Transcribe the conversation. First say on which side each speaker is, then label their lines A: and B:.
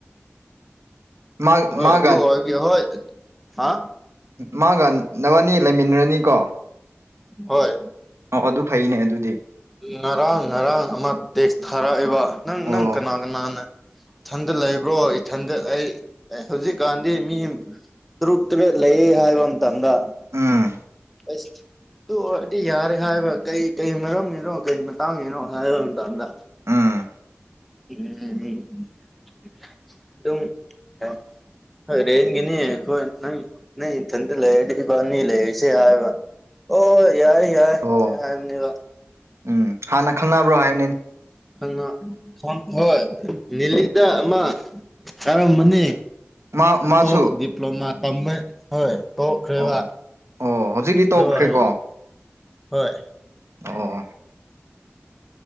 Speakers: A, on the right (about 85°); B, in the centre.
A: ꯃꯥꯒ
B: ꯍꯣꯏ ꯑꯗꯨ ꯑꯣꯏꯒ ꯍꯣꯏ ꯍꯥ
A: ꯃꯥꯒ ꯅꯕꯅꯤ ꯂꯩꯃꯤꯟꯅꯔꯅꯤ ꯀꯣ
B: ꯍꯣꯏ
A: ꯑꯣ ꯑꯗꯨ ꯐꯩꯅꯦ ꯑꯗꯨꯗꯤ꯫
B: ꯉꯔꯥꯡ ꯉꯔꯥꯡ ꯑꯃ ꯇꯦꯛꯁ ꯊꯥꯔꯛꯑꯦꯕ ꯅꯪ
A: ꯑꯣ
B: ꯅꯪ ꯀꯅꯥ ꯀꯅꯥꯅ꯫ ꯏꯊꯟꯗ ꯂꯩꯕ꯭ꯔꯣ ꯏꯊꯟꯗ ꯑꯩ ꯑꯦ ꯍꯧꯖꯤꯛꯀꯥꯟꯗꯤ ꯃꯤ꯫ ꯇꯔꯨꯛ ꯇꯔꯦꯠ ꯂꯩ ꯍꯥꯏꯕ ꯃꯇꯝꯗ꯫
A: ꯎꯝ꯫
B: ꯑꯩꯁ ꯇꯨ ꯑꯣꯏꯔꯗꯤ ꯌꯥꯔꯦ ꯍꯥꯏꯕ ꯀꯩ ꯀꯩ ꯃꯔꯝ꯫ ꯀꯩꯒꯤꯅꯣ ꯀꯩ ꯃꯇꯥꯡꯒꯤꯅꯣ ꯍꯥꯏꯕ ꯃꯇꯝꯗ꯫
A: ꯎꯝ
B: ꯎꯝ ꯎꯝ ꯑꯗꯨꯝ ꯍꯣꯏ ꯔꯦꯟꯒꯤꯅꯤ ꯈꯣꯏ ꯅꯪ ꯊꯟꯗ ꯂꯩꯔꯗꯤ ꯏꯕꯅꯤ ꯂꯩꯁꯦ ꯍꯥꯏꯕ ꯑꯣ ꯌꯥꯏ ꯌꯥꯏ
A: ꯑꯣ
B: ꯍꯥꯏꯕꯅꯦꯕ
A: ꯎꯝ ꯍꯥꯟꯅ ꯈꯪꯅꯕ꯭ꯔꯣ ꯍꯥꯏ
B: ꯈꯪꯅ ꯐꯣꯟ ꯍꯣꯏ ꯅꯤꯂꯤꯗ ꯑꯃ ꯀꯔꯝꯕꯅꯤ
A: ꯃꯥ ꯃꯥꯁꯨ
B: ꯇꯣ ꯗꯤꯄ꯭ꯂꯣꯃ ꯇꯝꯃꯦ ꯍꯣꯏ ꯇꯣꯛꯈ꯭ꯔꯦꯕ
A: ꯑꯣ ꯑꯣ ꯍꯧꯖꯤꯛꯇꯤ
B: ꯑꯗꯨ
A: ꯇꯣꯛꯈ꯭ꯔꯦꯀꯣ꯫
B: ꯑꯣꯏ ꯍꯣꯏ꯫
A: ꯑꯣ꯫